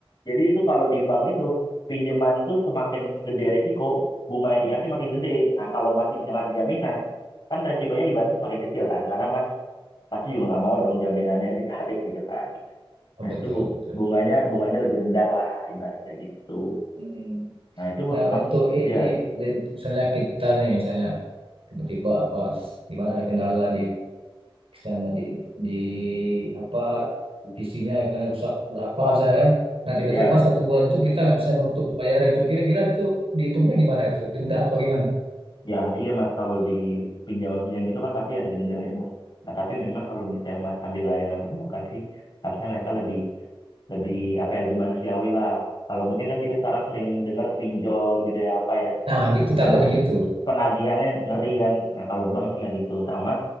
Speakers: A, on the left; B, on the right.
A: jadi itu kalau di bank itu pinjaman itu semakin gede risiko, bunga yang dikasih makin gede. Nah, kalau Mas bisa ngasih jaminan, kan resikonya ibaratnya makin kecil kan, karena Mas pasti juga nggak mau dong jaminannya <laughs> ditarik gitu kan. Nah,
B: oh, betul
A: itu bu-
B: betul.
A: bunganya bunganya lebih rendah lah ibaratnya gitu.
B: Mm.
A: Nah, itu
B: Nah
A: Mas,
B: untuk ini,
A: ya,
B: jadi misalnya kita nih, misalnya tiba-tiba apa, di mana ada kendala di misalnya di di apa PC-nya misalnya rusak berapa misalnya kan. Nah tiba-tiba
A: ya,
B: satu bulan itu kita nggak bisa nutup tuh bayar itu. Kira-kira itu dihitungnya gimana itu? Denda apa gimana?
A: ya, iya Mas, kalau di pinjaman-pinjaman gitu kan pasti ada denda ya Mas. Nah, tapi memang kalau misalnya Mas ambil layanan perbankan sih, harusnya mereka lebih lebih apa ya lebih manusiawi lah. Kalau mungkin kan kita sekarang sering dengar pinjol gitu ya apa ya
B: Nah gitu takutnya
A: pena-
B: gitu.
A: penagihannya ngeri kan. Nah kalau bank sih nggak gitu. Sama